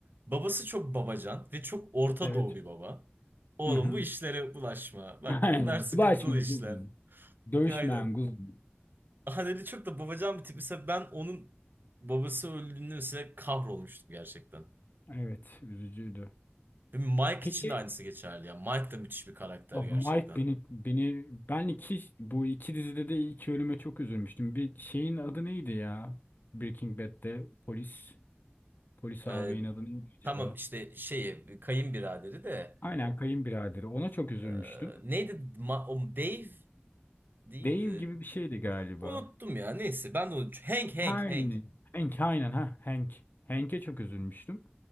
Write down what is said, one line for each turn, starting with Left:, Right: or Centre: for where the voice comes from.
Right: Babası çok babacan ve çok Orta
Left: Evet.
Right: Doğu bir baba. Oğlum
Left: Hı hı.
Right: bu işlere bulaşma. Bak
Left: Aynen.
Right: bunlar sıkıntılı
Left: Bulaşmayan
Right: işler.
Left: kuzum. Dövüşmeyen
Right: Aynen.
Left: kuzum.
Right: Haneli çok da babacan bir tip. Mesela ben onun babası öldüğünde mesela kahrolmuştum gerçekten.
Left: Evet, üzücüydü.
Right: Ve Mike
Left: Peki
Right: için de aynısı geçerli ya. Mike da müthiş bir karakter
Left: Abi
Right: gerçekten.
Left: Mike beni beni ben iki bu iki dizide de iki ölüme çok üzülmüştüm. Bir şeyin adı neydi ya? Breaking Bad'de polis polis
Right: Ee,
Left: ağabeyin adı neydi acaba?
Right: tamam işte şeyi kayınbiraderi de
Left: Aynen kayınbiraderi. Ona çok üzülmüştüm.
Right: e, neydi? Ma- o Dave değildi.
Left: Dave gibi bir şeydi galiba.
Right: Unuttum ya. Neyse ben de unuttum. Hank Hank
Left: Her
Right: Hank.
Left: ne? Hank aynen ha Hank. Hank'e çok üzülmüştüm.